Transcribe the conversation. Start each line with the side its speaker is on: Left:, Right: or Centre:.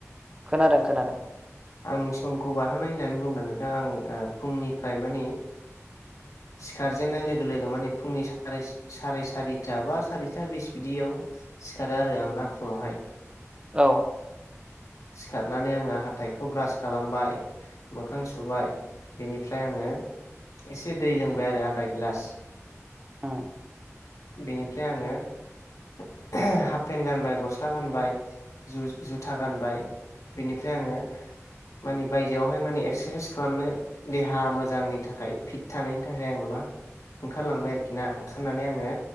Right: खोनादों खोनादों
Left: आंनि समखौ बारहोनाय होननानै बुंगोन नोंथां आं ओ फुंनिफ्राय मानि
Right: <inaudible>
Left: सिखारजेननाय लोगो लोगो माने फुंनि सा साराय सारिथा बा सारिथा बिस बिदियाव सिखारो आरो आं ना फुङावहाय।
Right: औ
Left: सिखारनानै आङो हाथाइखौ ब्रास खालामबाय। मोखां सुबाय बेनिफ्राय आङो एसे दै लोंबाय आरो आदा गिलास
Right: उम
Left: बेनिफ्राय आङो हाफ पेन्ट गानबाय गस्ला गानबाय जु जुथा गानबाय बेनिफ्राय आङो मानि बायजोआवहाय माने एक्सारसाइस खालामनो देहा मोजांनि थाखाय फिट थानायनि थाखाय आङो मा ओंखारलांबाय आरोखि ना ओंखारनानै आङो